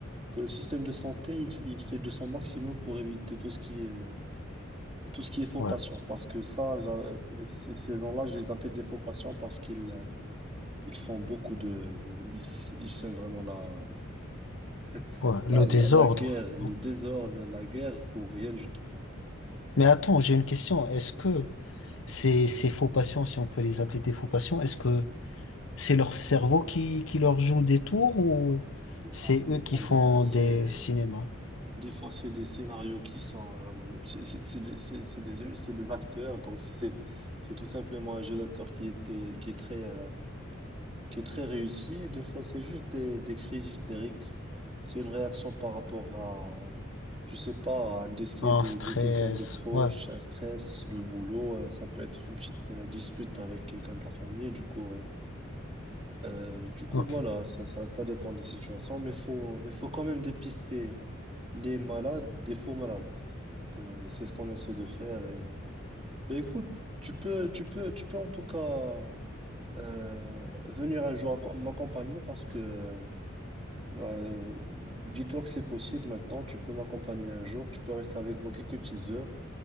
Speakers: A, on the right; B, on the left.
A: que le système de santé, il, il fait de son maximum pour éviter tout ce qui est, tout ce qui est faux
B: Ouais.
A: patient. Parce que ça, j'a- c- c- ces gens-là, je les appelle des faux patients parce qu'ils euh, ils font beaucoup de... Ils, s- ils sèment vraiment la, <laughs>
B: Ouais.
A: la,
B: Le
A: la,
B: désordre.
A: la guerre, le
B: hein.
A: désordre, la guerre pour rien du tout.
B: Mais attends, j'ai une question. Est-ce que ces, ces faux patients, si on peut les appeler des faux patients, est-ce que c'est leur cerveau qui, qui leur joue des tours ou c'est
A: Bon, ça
B: eux
A: dépend.
B: qui font
A: Des fois, c'est
B: des cinémas?
A: Des fois, c'est des scénarios qui sont... euh, c'est c'est- c'est des, c'est- c'est des- c'est des acteurs, donc c'est c'est tout simplement un jeu d'acteur qui était, qui est très, euh, qui est très réussi. Des fois, c'est juste des, des crises hystériques. C'est une réaction par rapport à, je sais pas, à un décès
B: Un
A: de,
B: stress.
A: de quelqu'un de proche,
B: Ouais,
A: un stress, le boulot. euh, Ça peut être une petite euh, dispute avec quelqu'un de la famille. Du coup, euh, euh, du coup,
B: ok.
A: voilà, ça, ça, ça dépend des situations, mais faut, mais faut quand même dépister les malades des faux malades. Donc, euh, c'est ce qu'on essaie de faire. Et, euh, ben écoute, tu peux, tu peux, tu peux en tout cas euh, venir un jour acco- m'accompagner parce que euh, dis-toi que c'est possible maintenant. Tu peux m'accompagner un jour. Tu peux rester avec moi quelques petites heures